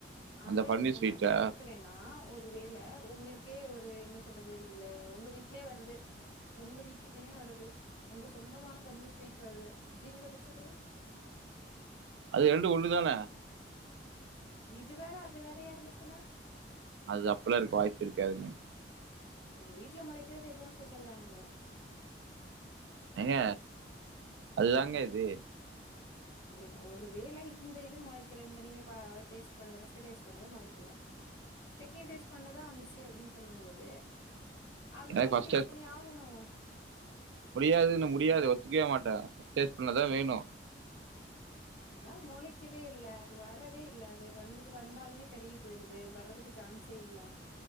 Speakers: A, on the left (about 80°); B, on the right (about 80°).
A: ஆனா
B: அந்த பன்னீர்
A: என்ன
B: ஸ்வீட்டை
A: நா என்ன கேக் றேனா ஒரு வேள உங்களுக்கே ஒரு என்ன சொல்றது இந்த உங்க வீட்லயே வருது உங்க வீட்டுக்குனே வருது உங்க சொந்தமான பன்னீர் ஸ்வீட் வருது அப்டிங்கிற பட்சத்ல
B: அது ரெண்டு ஒன்னு தான
A: இது வேற அது வேற யாருந்துச்சின்னா
B: அது அப்பில்லா இருக்க வாய்ப்பு இருக்காதுங்க
A: எங்க வீட்ல முளைக்கிறது எப்போவு ஸ்பெஷல் தானங்க
B: ஏங்க அதுதாங்க இது
A: ஏங்க ஒரு வேள இந்த இது முளக்கல இந்த நீங்க பா டேஸ்ட் பண்ணது பர்ஸ்ட் டேஸ்ட் பண்ணது முளக்கில செகண்ட் டேஸ்ட் பண்ணதா வந்துச்சே அப்டின்னு சொல்லு போதே அதுதா
B: எனக்கு
A: நீங்க
B: ஃபர்ஸ்ட்
A: டேஸ்ட் பண்ணி ஆகணு
B: முடியாது இன்னு முடியாது ஒத்துக்கவே மாட்ட டேஸ்ட் பண்ணதா வேணு
A: அதான் முளைக் க்கவே இல்ல அது வரவே இல்ல அது வந்துட்டு வந்தாலுமே கருகி போயிருது வர்றதுக்கு ஜான்சே இல்ல